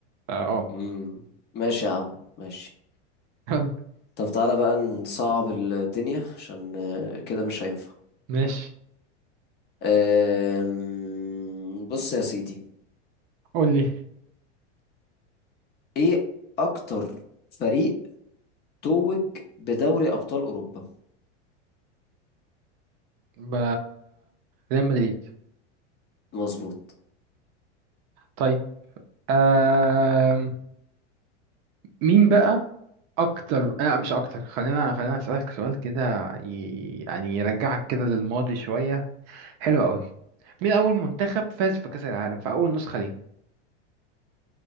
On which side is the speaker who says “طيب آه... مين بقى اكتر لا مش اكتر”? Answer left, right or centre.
Right